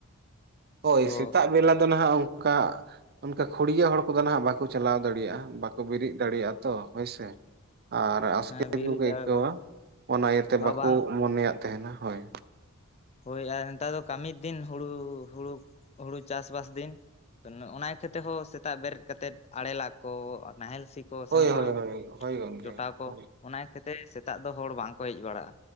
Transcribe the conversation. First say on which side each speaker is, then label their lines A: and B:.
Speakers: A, on the right; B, on the left.
A: ᱦᱳᱭ
B: ᱛᱚ
A: ᱥᱮᱛᱟᱜ ᱵᱮᱞᱟ ᱫᱚ ᱱᱟᱦᱟᱜ ᱚᱱᱠᱟ ᱚᱱᱠᱟ ᱠᱷᱩᱲᱭᱟᱹ ᱦᱚᱲ ᱠᱚᱫᱚ ᱦᱟᱜ ᱵᱟᱠᱚ ᱪᱟᱞᱟᱣ ᱫᱟᱲᱮᱭᱟᱜᱼᱟ ᱵᱟᱠᱚ ᱵᱮᱨᱮᱫ ᱫᱟᱲᱮᱭᱟᱜᱼᱟ ᱛᱚ ᱦᱳᱭᱥᱮ᱾ ᱟᱨ ᱟᱥᱠᱮᱛ
B: ᱦᱮᱸ ᱵᱮᱨᱮᱫ
A: ᱜᱮᱠᱚ
B: ᱫᱟᱲᱮ
A: ᱟᱹᱭᱠᱟᱹᱣᱟ
B: ᱵᱟᱝ
A: ᱚᱱᱟ ᱤᱭᱟᱹᱛᱮ ᱵᱟᱠᱚ
B: ᱵᱟᱝ
A: ᱢᱚᱱᱮᱭᱟᱜ ᱛᱟᱦᱮᱱᱟ ᱦᱳᱭ᱾
B: ᱦᱳᱭ ᱟᱨ ᱱᱮᱛᱟᱨ ᱫᱚ ᱠᱟᱹᱢᱤ ᱫᱤᱱ ᱦᱩᱲᱩ ᱦᱩᱲᱩ ᱦᱩᱲᱩ ᱪᱟᱥ ᱵᱟᱥ ᱫᱤᱱ ᱚᱱᱟ ᱤᱠᱷᱟᱹ ᱛᱮᱦᱚᱸ ᱥᱮᱛᱟᱜ ᱵᱮᱨᱮᱫ ᱠᱟᱛᱮᱜ ᱟᱲᱮᱟᱜ ᱠᱚ ᱱᱟᱦᱮᱞ ᱥᱤ ᱠᱚ
A: ᱦᱳᱭ
B: ᱥᱮᱱᱚᱜᱼᱟ
A: ᱦᱳᱭ ᱦᱳᱭ ᱦᱳᱭ ᱜᱚᱢᱠᱮ
B: ᱡᱚᱴᱟᱣ ᱠᱚ
A: ᱦᱳᱭ
B: ᱚᱱᱟ ᱠᱷᱟᱹᱛᱤᱨ ᱥᱮᱛᱟᱜ ᱫᱚ ᱦᱚᱲ ᱵᱟᱝᱠᱚ ᱦᱮᱡ ᱵᱟᱲᱟᱜᱼᱟ᱾